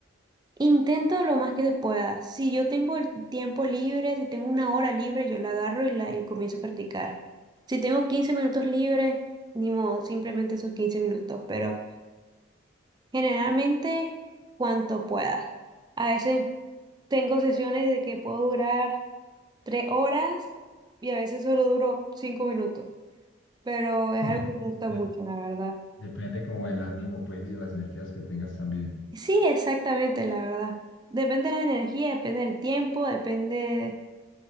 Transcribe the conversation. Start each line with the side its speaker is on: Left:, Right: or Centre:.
Right: Intento lo más que se pueda. Si yo tengo el tiempo libre, si tengo una hora libre, yo la agarro y, la, y comienzo a practicar. Si tengo quince minutos libres, ni modo, simplemente esos 15 minutos, pero generalmente cuanto pueda. A veces tengo sesiones de que puedo durar tres horas y a veces solo duro cinco minutos, pero es
Left: <laughs>
Right: algo que me gusta
Left: De-
Right: mucho, la verdad.
Left: depende como del ánimo, pues, y de las energías que tengas también.
Right: Sí, exactamente, la verdad. Depende de la energía, depende del tiempo, depende